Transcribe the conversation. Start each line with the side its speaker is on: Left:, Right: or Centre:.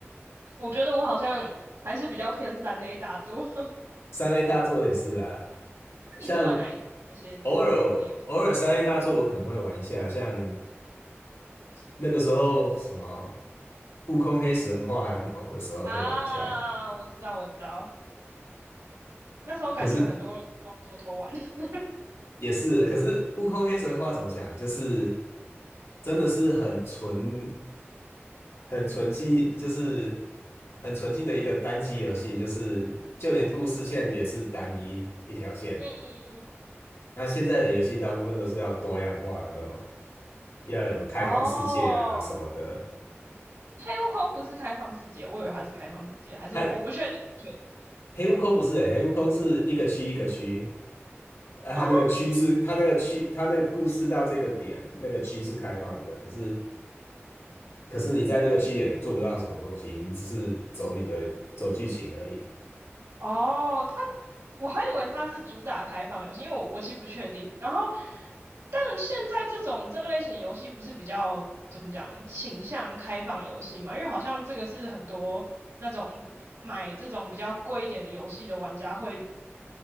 Right: 我觉得我好像还是比较偏三 A 大作。<laughs>
Left: 三 A 大作也是啊，像
Right: 你是玩哪一哪些独独立游戏
Left: 偶尔偶尔三 A 大作我可能会玩一下，像那个时候什么《悟空黑神话》还很红的时候会玩一下，
Right: 啊？我知道，我知道，那时候感觉很多人都偷偷玩。
Left: 可是
Right: <laughs> 嗯
Left: 也是，可是悟空黑神话怎么讲？就是真的是很纯、很纯净，就是很纯净的一个单机游戏，就是就连故事线也是单一一条线。
Right: 嗯。
Left: 那现在的游戏大部分都是要多样化，有没有？要有开放世界啊什么的。
Right: 哦，黑悟空不是开放世界，我以为它是开放世界，还是我我不确定，
Left: 黑
Right: 不确定。
Left: 黑悟空不是、欸，黑悟空是一个区一个区，啊，它那个区是它那个区，
Right: 哦
Left: 它那个故事到这个点，那个区是开放的，可是。可是你在那个区也做不到什么东西，你只是走你的走剧情而已。
Right: 哦，它我还以为它是主打开放游戏，因为我我其实不确定。然后，但现在这种这类型游戏不是比较怎么讲倾向开放游戏嘛？因为好像这个是很多那种买这种比较贵一点的游戏的玩家会